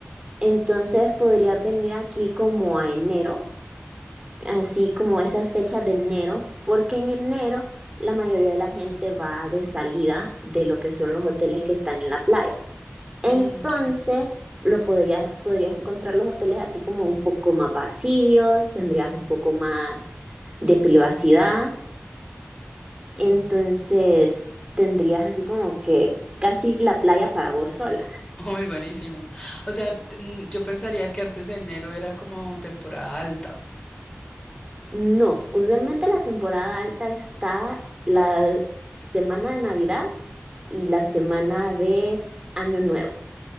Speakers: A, on the right (about 20°); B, on the left (about 25°).
A: entonces podrías venir aquí como a enero, así como esas fechas de enero, porque en enero la mayoría de la gente va de salida de lo que son los hoteles que están en la playa. Entonces,
B: Mm, ok.
A: lo podrías, podrías encontrar los hoteles así como un poco más vacíos, tendrías un poco más de privacidad, entonces tendrías así como que casi la playa para vos sola.
B: <laughs> Muy buenísimo. O sea, t- mm, yo pensaría que antes de enero era como temporada alta.
A: No, usualmente la temporada alta está la semana de Navidad y la semana de Año Nuevo.